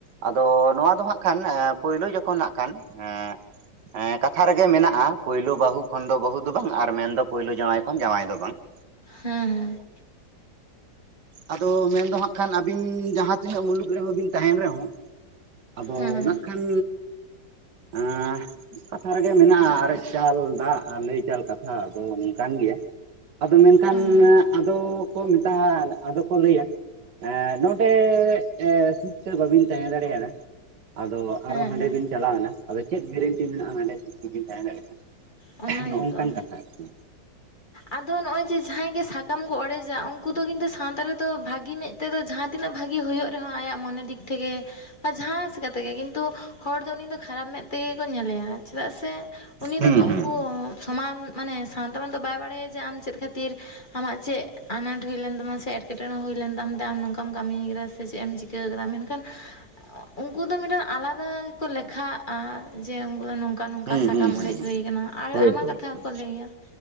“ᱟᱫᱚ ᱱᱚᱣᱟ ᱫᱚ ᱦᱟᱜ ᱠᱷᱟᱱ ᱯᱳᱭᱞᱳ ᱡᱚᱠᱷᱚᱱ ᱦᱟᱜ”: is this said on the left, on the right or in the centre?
Right